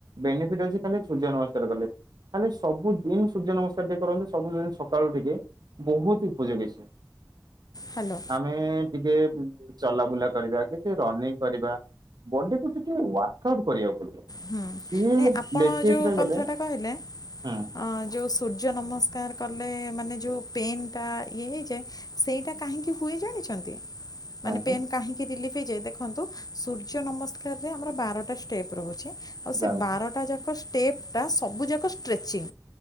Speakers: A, on the right; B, on the left.
A: ବେନିଫିଟ୍ ଅଛି ଖାଲି ସୂର୍ଯ୍ୟ ନମସ୍କାର କଲେ। ଖାଲି ସବୁଦିନ୍ ସୂର୍ଯ୍ୟ ନମସ୍କାର ଟିକେ କରନ୍ତୁ ସବୁଦିନ ସକାଳୁ ଟିକେ ବହୁତ ଉପଯୋଗୀ ସେ।
B: ହାଲୋ।
A: ଆମେ ଟିକେ ଚଲାବୁଲା କରିବା କି ଟିକେ ରନିଙ୍ଗ କରିବା ବଡିକୁୁ ଟିକେ ୱାର୍କ ଆଉଟ୍ କରିବାକୁ ପଡିବ।
B: ହୁଁ।
A: ସିଏ
B: ନାଇଁ ଆପଣ
A: ଲେଜି ହେଇକି
B: ଯୋଉ
A: ରହିଗଲେ
B: କଥାଟା କହିଲେ
A: ହୁଁ
B: ଅଁ ଯୋଉ ସୂର୍ଯ୍ୟ ନମସ୍କାର କଲେ ମାନେ ଯେଉଁ ପେନ୍ ଟା ଇଏ ହେଇଯାଏ ସେଇଟା କାହିଁକି ହୁଏ ଜାଣିଛନ୍ତି?
A: କାହିଁକି
B: ମାନେ ପେନ୍ କାହିଁକି ରିଲିଫ ହେଇଯାଏ, ଦେଖନ୍ତୁ ସୂର୍ଯ୍ୟ ନମସ୍କାରରେ ଆମର ବାରଟା ଷ୍ଟେପ୍ ରହୁଚି। ଆଉ ସେ
A: ଜାଣିଛି
B: ବାରଟା ଯାକ ଷ୍ଟେପ୍ ଟା ସବୁ ଯାକ ଷ୍ଟ୍ରେଚିଂ।